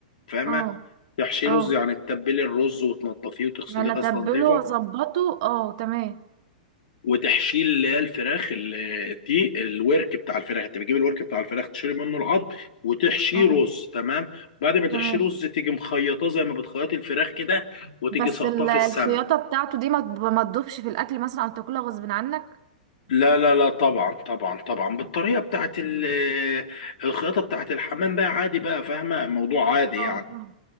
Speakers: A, on the left; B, on the right.
A: فاهمه
B: اه
A: تحشيه
B: اه
A: رز يعني تتبلي الرز وتنضفيه وتغسليه
B: يعني
A: غسله
B: اتبله
A: نظيفه
B: واظبطه اه تمام
A: وتحشيل اللي هي الفراخ ال- دي الورك بتاع الفراخ انت بتجيب الورك بتاع الفراخ تشيل منه العظم وتحشيه
B: اه
A: رز تمام بعد ما تحشيه
B: تمام
A: رز تيجي مخيطاه زي ما بتخيط الفراخ كده وتيجي
B: بس
A: ساقطاه
B: ال-
A: في
B: الخياطة
A: السمن
B: بتاعته دي ما تب- ما تدوبش في الأكل مثلا أو تاكلها غصب عنك
A: لا لا لا طبعا طبعا طبعا بالطريقه بتاعت ال- الخياطه بتاعت الحمام بقى عادي بقى فاهمه موضوع عادي
B: اه
A: يعني
B: فاهمة.